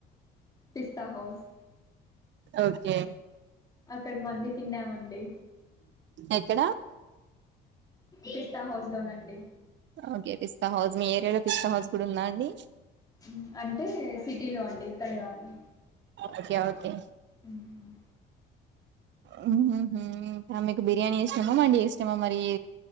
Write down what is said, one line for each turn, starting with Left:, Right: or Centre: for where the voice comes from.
Left: పిస్తా హౌస్
Right: ఓకే
Left: అక్కడ మండి, తిన్నాం అండి
Right: ఎక్కడ
Left: పిస్తా హౌస్ లోనండి
Right: ఓకే పిస్తా హౌస్, మీ ఏరియాలో పిస్తా హౌస్ కూడా ఉంద అండి
Left: మ్మ్ అంటే సిటీలో, అండి ఇక్కడ కాదు
Right: ఓకే ఓకే
Left: మ్మ్
Right: హ్మ్ హు ఇంకా మీకు బిర్యానీ ఇష్టమా, మండీ ఇష్టమా మరి